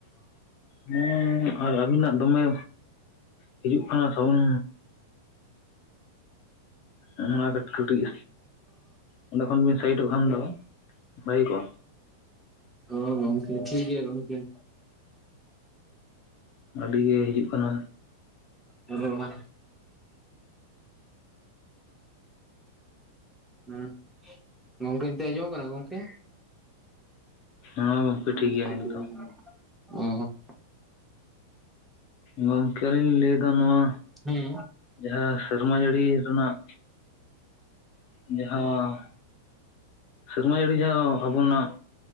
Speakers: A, on the left; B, in the centre.
A: ᱦᱮᱸ ᱟᱨ ᱟᱹᱵᱤᱱᱟᱜ ᱫᱚᱢᱮ ᱦᱤᱡᱩᱜ ᱠᱟᱱᱟ ᱥᱟᱣᱩᱱ ᱚᱱᱟ ᱠᱟᱹᱴ ᱠᱟᱹᱴᱤᱡᱽ ᱚᱸᱰᱮ ᱠᱷᱚᱱ ᱵᱤᱱ ᱥᱟᱭᱤᱴᱚᱜ ᱠᱷᱟᱱ ᱫᱚ ᱵᱷᱟᱹᱜᱤᱠᱟᱜ-ᱟ
B: ᱚ ᱜᱚᱝᱠᱮ ᱴᱷᱤᱠ ᱜᱮᱭᱟ ᱜᱚᱝᱠᱮ
A: ᱟᱹᱰᱤ ᱜᱮ ᱦᱤᱡᱩᱜ ᱠᱟᱱᱟ᱾
B: ᱟᱫᱚ ᱚᱱᱟ ᱦᱩᱸ ᱜᱚᱝᱠᱮ ᱱᱤᱛᱳᱜ ᱟᱡᱚᱢᱚᱜ ᱠᱟᱱᱟ ᱜᱚᱝᱠᱮ
A: ᱦᱮᱸ ᱜᱚᱢᱠᱮ
B: <unintelligible>
A: ᱴᱷᱤᱠ ᱜᱮᱭᱟ ᱱᱤᱛ ᱫᱚ ᱜᱚᱝᱠᱮ ᱞᱤᱧ ᱞᱟᱹᱭ ᱮᱫᱟ ᱱᱚᱣᱟ
B: ᱦᱩᱸ
A: ᱡᱟᱦᱟᱸ ᱥᱮᱨᱢᱟ ᱡᱟᱹᱲᱤ ᱨᱮᱱᱟᱜ ᱡᱟᱦᱟᱸ ᱥᱮᱨᱢᱟ ᱡᱟᱲᱤ ᱡᱟᱦᱟᱸ ᱟᱵᱚᱱᱟᱜ